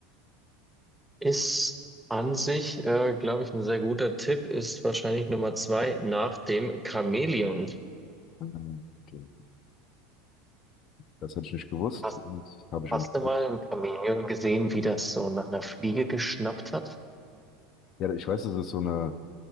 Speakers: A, in the centre; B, on the left.
A: Ist an sich, äh, glaube ich, ein sehr guter Tipp, ist wahrscheinlich Nummer zwei nach dem Chamäleon.
B: Ah, Okay. Das hätte ich nicht gewusst
A: Hast,
B: und habe ich
A: hast
B: auch nicht gewusst.
A: du mal ein Chamäleon gesehen, wie das so nach einer Fliege geschnappt hat?
B: Ja, ich weiß, das ist so eine,